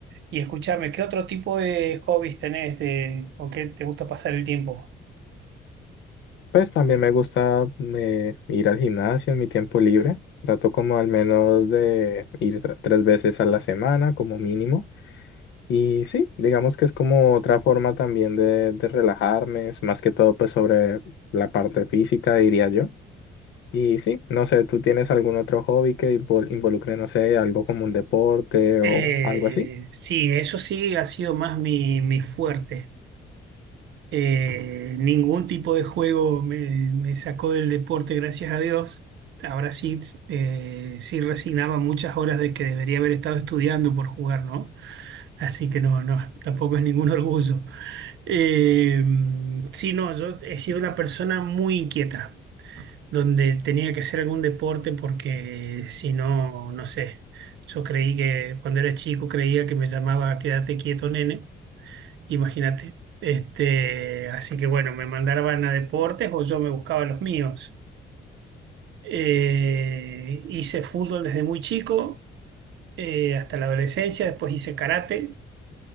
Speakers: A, on the right; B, on the left.
A: Y escúchame, ¿qué otro tipo de hobbies tenés de, con qué te gusta pasar el tiempo?
B: Pues también me gusta eh, ir al gimnasio en mi tiempo libre. Trato como al menos de ir tres veces a la semana como mínimo. Y sí, digamos que es como otra forma también de, de relajarme, es más que todo pues sobre la parte física, diría yo. Y sí, no sé, ¿tú tienes algún otro hobby que invol- involucre, no sé, algo como un deporte o
A: Eh,
B: algo así?
A: sí, eso sí ha sido más mi, mi fuerte. Eh, ningún tipo de juego me, me sacó del deporte, gracias a Dios. Ahora sí, eh, sí resignaba muchas horas de que debería haber estado estudiando por jugar, ¿no? Así que no, no, tampoco es ningún orgullo. Eh, sí, no, yo he sido una persona muy inquieta, donde tenía que hacer algún deporte porque si no, no sé. Yo creí que cuando era chico creía que me llamaba Quédate quieto, nene imagínate. Este, así que bueno, me mandaban a deportes o yo me buscaba los míos. Eh, hice fútbol desde muy chico, eh, hasta la adolescencia, después hice karate,